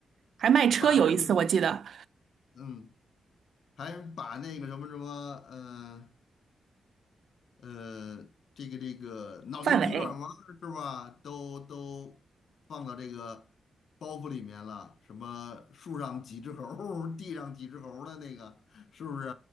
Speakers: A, on the right; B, on the left.
A: 还卖车有一次我记得，
B: 把那个嗯，还把那个什么什么呃呃，这个这个脑筋急转弯儿是吧？
A: 范伟，
B: 都都放到这个包袱里面了，什么树上几只猴儿地上几只猴儿的那个，是不是？